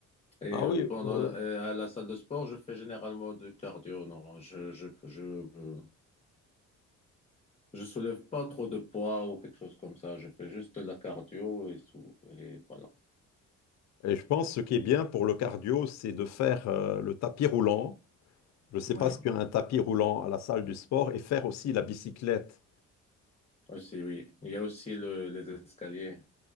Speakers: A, on the left; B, on the left.
A: Et euh,
B: Ah oui,
A: pendant,
B: euh,
A: et à la salle de sport, je fais généralement du cardio. Non, je, je, je, euh, je soulève pas trop de poids ou quelque chose comme ça. Je fais juste de la cardio et tout. Et voilà.
B: Et je pense que ce qui est bien pour le cardio, c'est de faire euh, le tapis roulant. Je ne sais
A: Oui,
B: pas si tu as un tapis roulant à la salle du sport et faire aussi la bicyclette.
A: aussi, oui. Il y a aussi le, les escaliers.